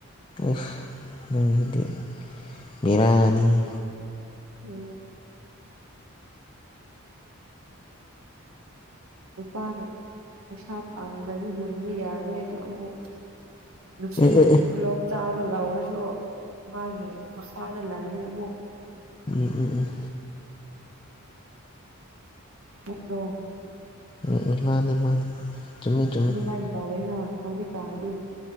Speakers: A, on the left (about 25°); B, on the right (about 75°).
A: ꯑꯁ ꯅꯪꯖꯤꯗꯤ ꯕꯦꯔꯥꯅꯤꯍꯦ
B: <unintelligible> ꯅꯨꯄꯥꯅ ꯄꯩꯁꯥ ꯇꯥꯟꯗ꯭ꯔꯗꯤ ꯍꯤꯡꯕ ꯌꯥꯔꯣꯏ ꯑꯗꯨ ꯑꯃꯨꯛ ꯅꯨꯄꯤ
A: ꯑꯦ ꯑꯦ ꯑꯦ
B: ꯇꯣꯂꯣꯞ ꯆꯥꯕ ꯂꯧꯔꯁꯨ ꯃꯥꯒꯤ ꯃꯈꯥꯗ ꯂꯩꯅꯤ ꯑꯃꯨꯛ
A: ꯎꯝ ꯎꯝ ꯎꯝ
B: ꯅꯠꯇ꯭ꯔꯣ
A: ꯎꯝ ꯎꯝ ꯃꯥꯅꯤ ꯃꯥꯅꯤ ꯆꯨꯝꯃꯤ ꯆꯨꯝꯃꯤ
B: ꯑꯗꯨꯃꯥꯏꯅ ꯇꯧꯋꯦꯅ ꯍꯧꯖꯤꯛꯀꯥꯟꯗꯤ